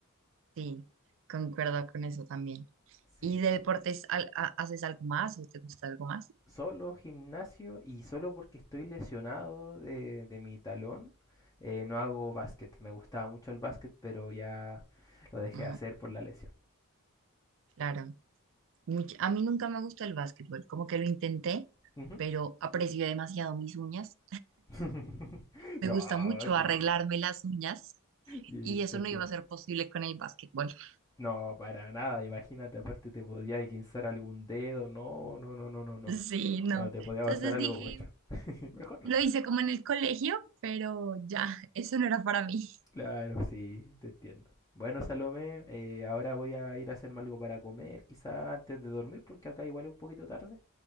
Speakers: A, on the right; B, on the left.
A: Sí, concuerdo con eso también.
B: Sí.
A: ¿Y de deportes al- ha- haces algo más o te gusta algo más?
B: solo gimnasio y solo porque estoy lesionado de, de mi talón, eh, no hago básquet. Me gustaba mucho el básquet, pero ya lo dejé
A: Mm,
B: de hacer por la lesión.
A: claro. Much- a mí nunca me gustó el básquetbol, como que lo intenté,
B: Ujú.
A: pero aprecié demasiado mis uñas.
B: <laughs>
A: Me
B: No,
A: gusta mucho
B: sí,
A: arreglarme
B: sí,
A: las uñas
B: y
A: y eso
B: te entiendo.
A: no iba a ser posible con el básquetbol. <laughs>
B: No, para nada, imagínate, aparte te podía guinzar algún dedo, no, no, no, no, no, no.
A: Sí, no.
B: No, te podía
A: Entonces
B: pasar algo
A: dije,
B: mucho. <laughs> Mejor no.
A: lo hice como en el colegio, pero ya, eso no era para mí.
B: Claro, sí, te entiendo. Bueno, Salomé, eh, ahora voy a ir a hacerme algo para comer, quizá antes de dormir, porque acá igual es un poquito tarde.